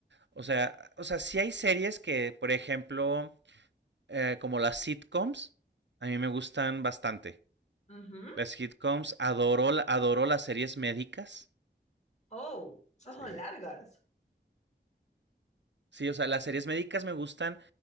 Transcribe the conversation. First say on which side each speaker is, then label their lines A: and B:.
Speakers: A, on the right; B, on the left.
A: o sea, o sea, sí hay series que, por ejemplo, eh, como las sitcoms, a mí me gustan bastante.
B: Ujú.
A: Las sitcoms, adoro, adoro las series médicas,
B: Oh, esas
A: ¿sí?
B: son largas.
A: Sí, o sea, las series médicas me gustan